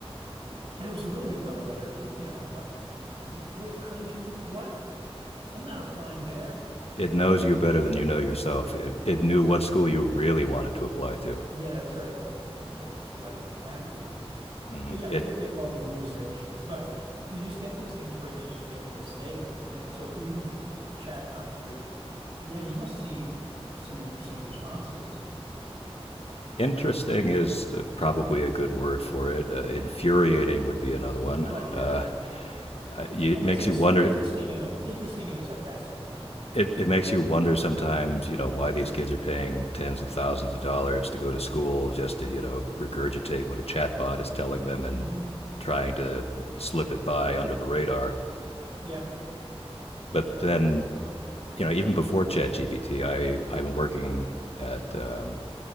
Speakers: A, on the right (about 65°); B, on the left (about 75°).
A: And it was a really good cover letter, you know, but I was like, wait, how did you what? I'm not applying there.
B: It knows you better than you know yourself. It, it knew what school you really wanted to apply to.
A: Yeah, that's right. That's right. The school I'd be happy at.
B: Mm.
A: But yeah, I
B: It
A: forget they call them hallucinations, but you just get these things where they just make a mistake. And so if you're using a ch- chat bot to re yeah, you must see some interesting responses.
B: interesting is uh, probably a good word for it. Uh, infuriating would be another one.
A: Well, yeah,
B: Uh,
A: yeah.
B: it
A: I guess
B: makes
A: it's
B: you wonder
A: interesting in a interesting in a sarcastic way, I meant.
B: it, it makes you wonder sometimes, you know, why these kids are paying tens of thousands of dollars to go to school just to, you know, regurgitate what a chatbot is telling them and
A: hmm
B: trying to slip it by under the radar.
A: Yeah.
B: But then, you know, even before ChatGPT, I I've been working at um,